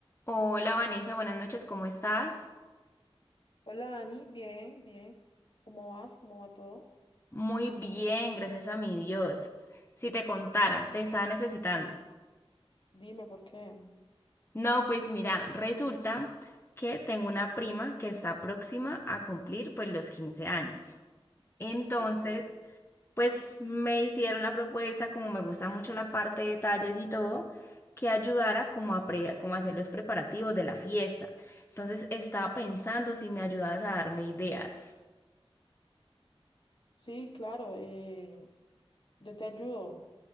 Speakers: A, on the left (about 25°); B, on the left (about 55°).
A: Hola Vanessa, buenas noches, ¿cómo estás?
B: Hola Dani, bien, bien. ¿Cómo vas? ¿Cómo va todo?
A: Muy bien, gracias a mi Dios. Si te contara, te estaba necesitando.
B: Dime, dime por qué.
A: No, pues mira, resulta que tengo una prima que está próxima a cumplir pues los 15 años. Entonces,
B: Ok.
A: pues me hicieron la propuesta, como me gusta mucho la parte de detalles y todo, que ayudara como a, pre- como a hacer los preparativos de la fiesta. Entonces, estaba pensando si me ayudabas a darme ideas.
B: Sí, claro, eh, yo te ayudo.